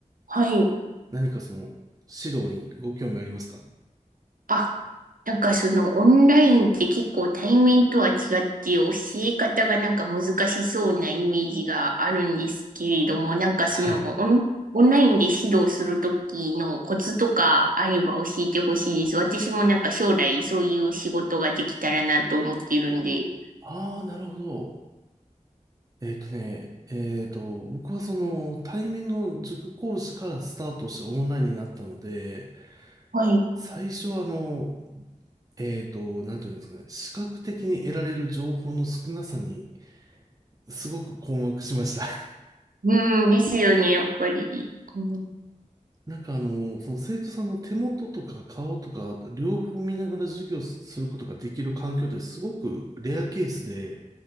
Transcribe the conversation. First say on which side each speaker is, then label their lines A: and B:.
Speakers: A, on the right; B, on the right.
A: はい。
B: 何かその、指導にご興味ありますか
A: あ、なんかそのオンラインって結構対面とは違って教え方がなんか難しそうなイメージがあるんですけれども、なんかそのオン、
B: はい。
A: オンラインで指導するときのコツとかあれば教えてほしいです。私もなんか将来そういう仕事ができたらなと思ってるんで。
B: ああ、なるほど。えっとね、えっと、僕はその、対面の塾講師からスタートしてオンラインになったので、
A: はい。
B: 最初はあの、えーと、なんていうんですかね、視覚的に得られる情報の少なさに、すごく困惑しました。<laughs>
A: うん、ですよね、やっぱり。うん、
B: なんかあの、その生徒さんの手元とか顔とか、両方見ながら授業することができる環境ってすごくレアケースで、っ